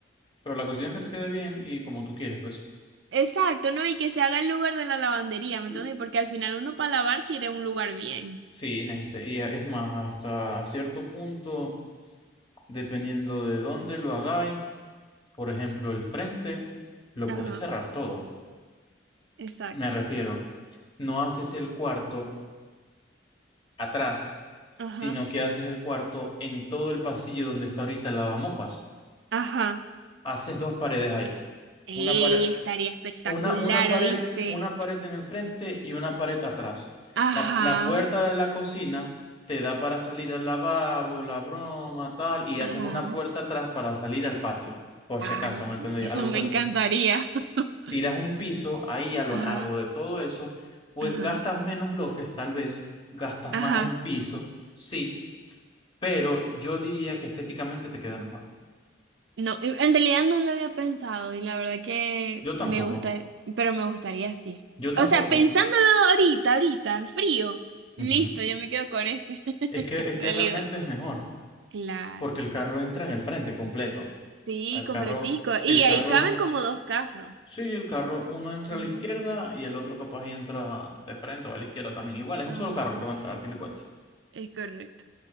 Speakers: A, on the left; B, on the right.
A: pero la cuestión es que te quede bien y como tú quieres, pues.
B: Exacto, ¿no? Y que se haga el lugar de la lavandería, ¿me
A: Y-
B: entiendes? Porque al final uno para lavar quiere un lugar bien.
A: Sí, necesitas. Y a- es más, hasta cierto punto, dependiendo de dónde lo hagáis, por ejemplo, el frente, lo
B: Ajá,
A: podéis cerrar todo.
B: exacto.
A: Me refiero. no haces el cuarto atrás,
B: Ajá.
A: sino que haces el cuarto en todo el pasillo donde está ahorita el lavamopas.
B: Ajá.
A: Haces dos paredes ahí,
B: Ey,
A: una pared,
B: estaría espectacular,
A: una, una pared,
B: ¿oíste?
A: una pared en el frente y una pared atrás.
B: Ajá.
A: La, la puerta de la cocina te da para salir al lavabo, la broma, tal, y
B: Ajá.
A: haces una puerta atrás para salir al patio, por
B: Ay,
A: si acaso, ¿me entendí?
B: eso
A: Algo
B: me
A: que
B: encantaría.
A: se...
B: <laughs>
A: Tiras un piso ahí a lo
B: Ajá.
A: largo de todo eso, pues
B: Ajá,
A: gastas menos bloques, tal vez, gastas
B: ajá.
A: más en piso, sí, pero yo diría que estéticamente te queda mejor.
B: No, en en realidad no lo había pensado y la verdad que
A: Yo tampoco,
B: me gusta, pero me gustaría así.
A: yo tampoco.
B: O sea, pensándolo ahorita, ahorita, en frío,
A: Ujú.
B: listo, yo me quedo con ese, <laughs>
A: Es que, es
B: en
A: que
B: realidad.
A: realmente es mejor,
B: Claro.
A: porque el carro entra en el frente completo.
B: Sí,
A: El
B: completico.
A: carro,
B: Y
A: el
B: ahí
A: carro,
B: caben como dos carros.
A: sí, el carro, uno entra
B: Ujú,
A: a la izquierda y el otro capaz y entra de frente o a la izquierda también. Igual, es
B: Ajá,
A: un solo carro el que va a entrar al fin de cuentas.
B: es correcto.